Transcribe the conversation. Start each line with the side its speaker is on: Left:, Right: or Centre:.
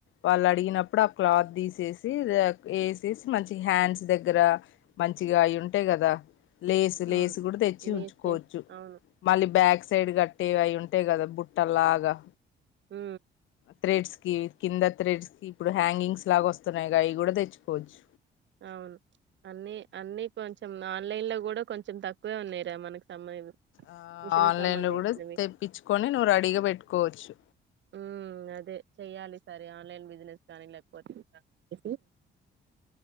Left: వాళ్ళు అడిగినప్పుడు ఆ క్లాత్ తీసేసి వేసేసి మంచి హ్యాండ్స్ దగ్గర మంచిగా అయి ఉంటాయి కదా లేసు లేస్
Right: అవును
Left: కూడా తెచ్చి
Right: లేస్
Left: ఉంచుకోవచ్చు
Right: లేస్ అవును
Left: మళ్ళీ బ్యాగ్స్ సైడ్ కట్టటి అవి ఉంటాయి్ కదా బుట్టలాగా
Right: హ
Left: థ్రెడ్స్ కి కింద థ్రెడ్స్ కి ఇప్పుడు హ్యాంగింగ్స్ లాగా వస్తున్నాయిగా అవి కూడా తెచ్చుకోవచ్చు
Right: అవును అన్ని అన్ని కొంచెం ఆన్లైన్ లో కూడా కొంచెం తక్కువే ఉన్నాయిరా మనకు సంబంధ
Left: ఆ
Right: మిషన్
Left: ఆన్లైన్
Right: కి సంబంధించినవి
Left: లో కూడా తెప్పించుకొని నువ్వు రెడీగా పెట్టుకోవచ్చు
Right: ఉమ్, అదే చెయాలి సరే ఆన్లైన్ బిజినెస్ కానీ లేకపోతే అ